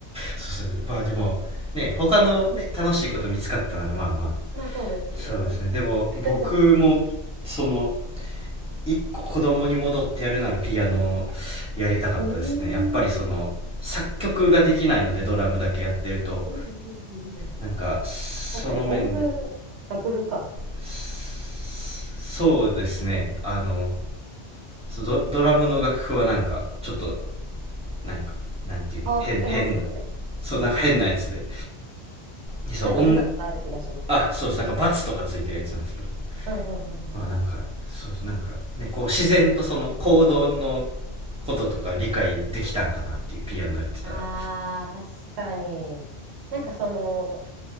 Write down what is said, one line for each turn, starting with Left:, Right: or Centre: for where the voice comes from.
Centre: そうですねまあでも、ね、他のね、楽しいこと見つかったなら、まあまあ。
Right: まあそうですね。
Centre: そうですね。でも、
Right: <laughs>
Centre: 僕も、その、一個子供に戻ってやるならピアノをやりたかったですね。
Right: うーん。
Centre: やっぱりその、作曲ができないのでドラムだけやってると、
Right: うんうんうんうん
Centre: なんか、その面で、
Right: 確かに音符、楽譜か。
Centre: そうですね。あの、ドドラムの楽譜はなんか、ちょっと、なんか、なんていうの、
Right: 変わってますよね。
Centre: 変、変な、そう、
Right: うんうん。
Centre: なんか変なやつで。でそう、
Right: なんか見たことある気がします。
Centre: 音あ、そうです。なんかバツとかついてるやつなんですけど。
Right: うんうんうん
Centre: まあなんかそうなんかねこう自然とその行動のこととか理解できたんかなっていうピアノやってたら
Right: ああ、確かに。なんかその、